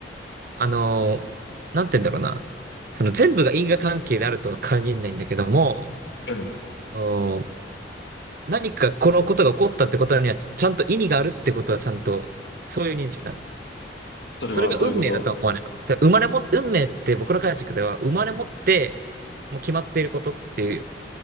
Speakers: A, on the right; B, on the left.
A: あの、なんて言うんだろうな。その全部が因果関係であるとは限らないんだけども、
B: う、うん、
A: お何かこのことが起こったってことにはちちゃんと意味があるってことはちゃんと、そういう認識なの。
B: それはどういうこと
A: それが運命だとは思わないの。じゃあ生まれも、運命って僕の解釈では、生まれ持って、もう決まっていることっていう、